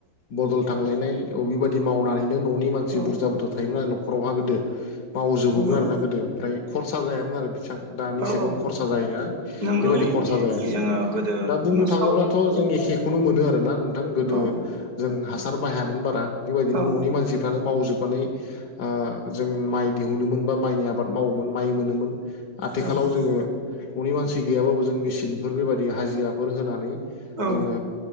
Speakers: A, on the left; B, on the right.
A: बदल थांलायनाय अ बेबायदि मावनानैनो न'नि मानसि
B: औ
A: बुरजा बुरजा थायोमोन ना‌आरो नखरावहा गोदो मावजोबोमोन
B: औ
A: आर ना गोदो ओमफ्राय खरसा जायामोन आरो बिसां दानिसेबां
B: औ औ नंगौ औ
A: खरसा जायो ना
B: नंगौ
A: बेबायदि खरसा जायामोन
B: जोङो गोदो
A: दा बुंनो
B: जोङो
A: थाङोब्लाथ'
B: सावरि औ
A: जों
B: औ
A: एखे खौनो मोनो आरोना नोंथां गोदो
B: औ
A: जों हासार बाहा- -मोन बारा बेबादिनो
B: औ
A: न'नि मानसिफोरानो मावजोबनानै ओ जों माइ दिहुनोमोन बा माइनि आबाद मावोमोन माइ मोनोमोन आथिखालाव
B: औ
A: जोङो न'नि मानसि गैयाबाबो जों मेसिनफोर बेबायदि हाजिराफोर होनानै
B: औ
A: जोङो